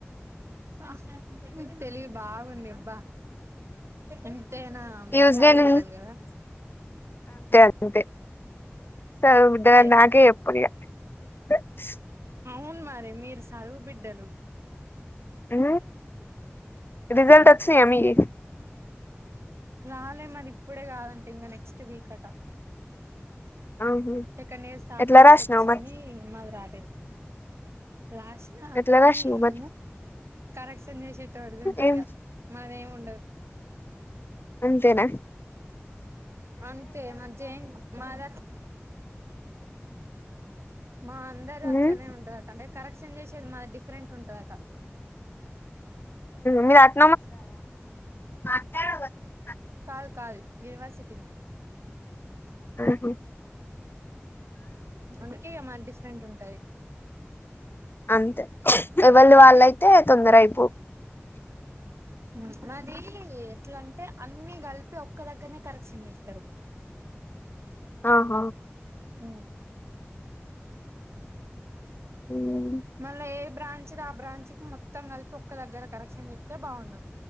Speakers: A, on the right (about 70°); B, on the left (about 50°).
A: బాస <unintelligible> తెలివి బాగుంది అబ్బా అంతేనా
B: ట్యూస్డే
A: మంచి
B: ను
A: బిడ్డలు కదా
B: అంతె సదువు బిడ్డ
A: అంతే
B: నాకే చెప్పాలిగ <unintelligible>
A: అవును మరి మీరు సదువు బిడ్డలు
B: హ రిజల్ట్ విచ్చినయ మీయి
A: రాలే మాది ఇప్పుడే కాదంట ఇంకా నెక్స్ట్ వీక్ అట
B: ఆహా
A: సెకండ్ ఇయర్స్ థర్డ్
B: ఎట్లా
A: ఇయర్స్
B: రాసినావు
A: వచ్చింది
B: మరి
A: మాది రాలేదు రాసిన
B: ఎట్లా
A: కానీ
B: రాసినావు మరి
A: ఏమె కరెస్ట్ కరెక్షన్ చేస్తేటోడిది వుంటదిగ
B: ఏం
A: మాదేముండదు
B: అంతేన
A: అంతే మంచిగేంది మాద మా అందరు
B: ఉమ్
A: అట్లనే ఉంటుదట అంటే కరెక్షన్ చేసేది మా డిఫరెంట్ ఉంటు ఉంటుందట
B: మీరు అట్ <unintelligible>
A: కాదు కాదు యూనివర్సిటీ మాది
B: ఆహా
A: అందుకే ఇగ మా <unintelligible> ఉంటాయి
B: అంతే ఎవళ వాళ్ళయితే తొందర అయిపోవు
A: హుహు మాది ఎట్లాంటే అన్ని కలిపి ఒక్క దగ్గరనే కరెక్క్షన్ చేస్తారు
B: ఆహ
A: హు
B: ఉమ్
A: మళ్ళా ఏ బ్రాంచ్ ఆ బ్రాంచ్కీ మొత్తం కలిపి ఒక్క దగ్గర కరెక్షన్ ఇస్తతే బాగుండవు